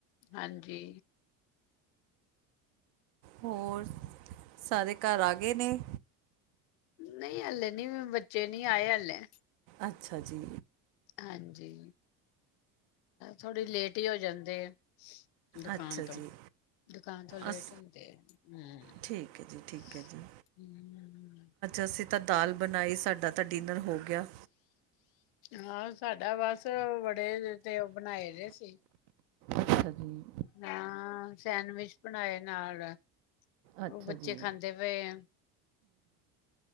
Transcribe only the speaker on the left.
ਹਾਂਜੀ।
ਨਈ ਹਲੇੇ ਨੀ ਬੱਚੇ ਨੀ ਆਏ ਹਲੇੇ।
ਹਾਂਜੀ ਥੋੜੀ ਲੇਟ ਹੀ ਹੋ ਜਾਂਦੇ। ਦੁਕਾਨ
ਤੋਂ
ਦੁਕਾਨ ਤੋਂ ਲੇਟ
ਹੁੰਦੇ ਆ ਹੂ,
ਹੂ,,,
ਹਾਂ, ਸਾਡਾ ਬਸ ਬੜੇ ਤੇ ਉਹ ਬਣਾਏ ਰਹੇ ਸੀ।
ਹਾਂ ਸੈਂਡਵਿਚ ਬਣਾਏ ਨਾਲ।
ਉਹ ਬੱਚੇ
ਖਾਂਦੇ ਪਏ ਆ। ਹੂ,